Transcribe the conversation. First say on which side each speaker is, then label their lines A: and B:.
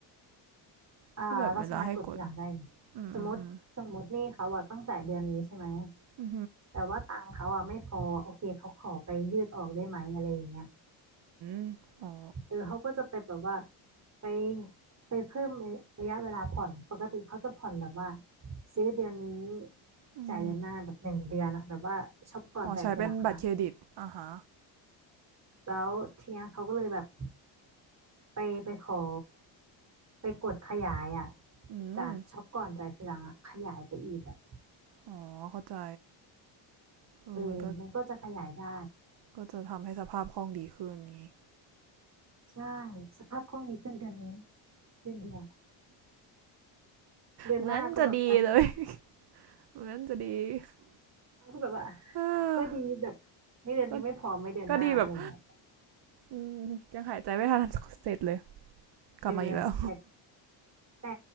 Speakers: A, on the right (about 35°); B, on the right (about 55°).
A: อ่าเราสามารถกดทีหลังได้
B: ที่แบบเวลาให้กดอืมอืมอืม
A: สมมติสมมติหนี่เขาอ่ะต้องจ่ายเดือนนี้ใช่ไหม
B: อื
A: แต่ว่าตังค์เขาอ่ะไม่พอโอเคเขาขอไปยืดออกได้ไหมอะไรอย่างเงี้ย
B: มอ๋อ
A: เออเขาก็จะไปแบบว่าไปไปเพิ่มระยะเวลาผ่อนปกติเขาจะผ่อนแบบว่าซื้อเดือนนี้
B: อืม
A: จ่ายเดือนหน้าแบบหนึ่งเดือนอะแบบว่าช็อปก่อนจ่ายทีหลังอะ
B: อ๋อใช้เป็นบัตรเครดิตอ่าฮะ
A: แล้วทีเนี้ยเขาก็เลยแบบไปไปขอไปกดขยายอะ
B: อืม
A: จากช็อปก่อนจ่ายทีหลังอะขยายไปอีกอะ
B: อ๋อเข้าใจเออมันก็
A: เออมันก็จะขยายได้
B: ก็จะทำให้สภาพคล่องดีขึ้นงี้
A: ใช่สภาพคล่องดีขึ้นเดือนนี้เดือนเดียวเดือนหน้าก็แบบเออ
B: เหมือนจะดีเลย <laughs> เหมือนจะดี <sighs>
A: ก็แบบว่า
B: เออ
A: ก็ดีแบบไม่เดือนนี้ไม่พอไม่เดือนหน้าอะไรอย่างเงี้ย
B: ก็ก็ดีแบบอืมยังหายใจไม่ทันเสร็จเลยกลับมาอีกแล้ว
A: เออแต่แต่